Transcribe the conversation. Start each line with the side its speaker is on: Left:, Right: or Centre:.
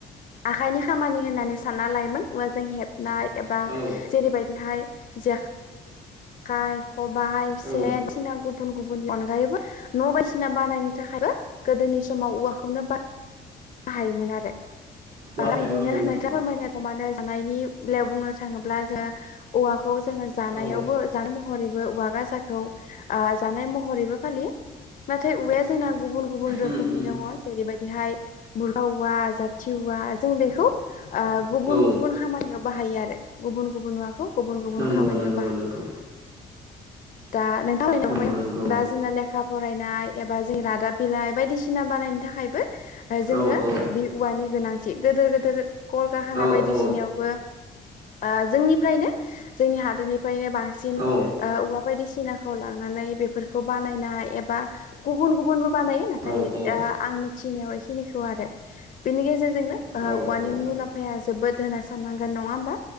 Left: आखाइनि खामानि होननानै सानना लायोमोन औवाजों हेब नाय एबा
Right: औ
Left: जेरैबायदिहाय जेखाइ खबाइ सेन
Right: औ
Left: बायदिसिना गुबुन गुबुननि अनगायैबो न' बायदि सिना बानायनो थाखायबो गोदोनि समाव औवाखौनो बाहायोमोन आरो
Right: बाहाय
Left: आरो बिदिनो
Right: औ
Left: नोंथाङा
Right: नंगौ
Left: फोरमायनाय रखमानो जानायनि बेलायाव बुंनो थाङोब्ला जोङो औवाखौ जोङो जानायावबो
Right: औ
Left: जानाय महरै बो औवा गाजाखौ ओ जानाय महरैबो बाहायो नाथाय औवाया जोंना गुबुन गुबुन रोखोमनि
Right: उम उम
Left: दङ जेरैबायदिहाय बुरखा औवा जाथि औवा जों बेखौ गुबुन
Right: औ
Left: गुबुन खामानियाव बाहायो आरो गुबुन गुबुन मुवाखौ गुबुन गुबुन
Right: नंगौ
Left: खामानियाव
Right: नंगौ
Left: बाहायो
Right: नंगौ
Left: <inaudible> दा नोंथां
Right: नंगौ
Left: <unintelligible>
Right: नंगौ
Left: दा जोंना लेखा फरायनाय एबा जों रादाब बिलाइ बायदिसिना बानायनो थाखायबो जोंनो
Right: औ औ
Left: बे औवानि गोनां थि गिदिर गिदिर कलखारकाना
Right: औ
Left: बायदिसिनायावबो
Right: औ
Left: ओ जोंनिफ्रायनो जोंनि हादोरनिफ्रायनो बांसिन
Right: औ
Left: औवा बायदिसिनाखौ लानानै बेफोरखौ बानायनाय एबा गुबुन गुबुनबो बानायो नाथाय
Right: औ
Left: आं मिथिनायाव बेखिनिखौ आरो बेनि गेजेरजों जोंनो
Right: औ
Left: औवानि मुलाम्फाया जोबोद होना साननांगोन नङा होमबा